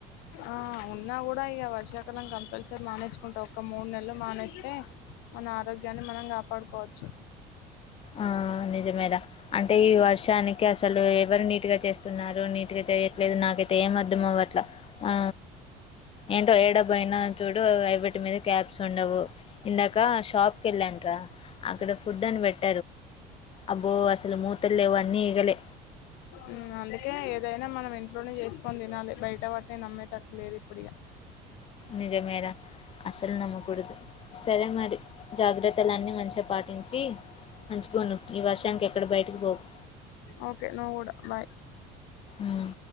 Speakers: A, on the left; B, on the left.
A: ఆ ఉన్నా కూడా ఇక వర్షాకాలం కంపల్సరీ మానేసుకుంటా ఒక మూడు నెలలు మానేస్తే మన ఆరోగ్యాన్ని మనం కాపాడుకోవచ్చు
B: ఆ నిజమేరా అంటే ఈ వర్షానికి అసలు ఎవరు నీట్ గా చేస్తున్నారు నీట్ గా చేయట్లేదు నాకైతే ఏ అద్దం అవ్వట్ల ఆ ఏంటో ఏడ బోయినా చూడు ఎవిటి మీద క్యాబ్స్ ఉండవు ఇందాక షాప్ కెళ్ళాను రా అక్కడ ఫుడ్ అని పెట్ అబ్బో అసలు మూత లేవు అన్నీ ఈగలే
A: ఉమ్ అందుకే ఏదైనా మనం ఇంట్లోనే చేసుకొని తినాలి బయట వాటిని నమ్మే తట్టులేదు ఇప్పుడిగా
B: నిజమేరా అసలు నమ్మకూడదు సరే మరి జాగ్రత్తలన్నీ మంచి గ పాటించి మంచిగా ఉండు ఈ వర్షానికి ఎక్కడ బయటికి పోకు
A: ఓకే నువ్ గూడా బాయ్
B: ఉమ్.